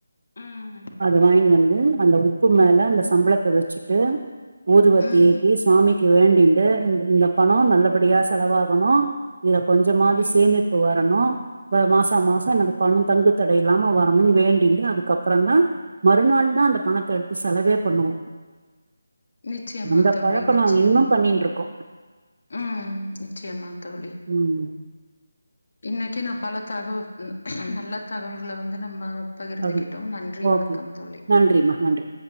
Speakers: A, on the left; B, on the right.
A: ம்.
B: அது வாங்கினு வந்து அந்த உப்பு மேல அந்த சம்பளத்த வச்சுட்டு ஊதுவத்தி
A: ம்.
B: ஏத்தி சுவாமிக்கு வேண்டிண்டு இந்த பணோ நல்லபடியா செலவாகணு இதல கொஞ்சமாவது
A: ம்.
B: சேமிப்பு வரணு ப மாசா மாசோ எனக்கு பணம் தங்கு தடை இல்லாம வரணுன் வேண்டின்ட்டு அதுக்கப்றதா மறுநாள்தா அந்த பணத்த எடுத்து செலவே பண்ணுவோ
A: நிச்சயமா
B: அந்த
A: தோழி
B: பழக்கோ
A: நிச்சயமா
B: நாங்க இன்னு பண்ணின்ட்ருக்கோ
A: ம் நிச்சயமா தோழி
B: ம்
A: இன்னைக்கு நா பல தகவ நல்ல தகவல்கள வந்து நம்ம பகிர்ந்துகிட்டோம்
B: அது
A: நன்றி
B: ஓகே
A: வணக்கம் தோழி
B: நன்றிமா நன்றி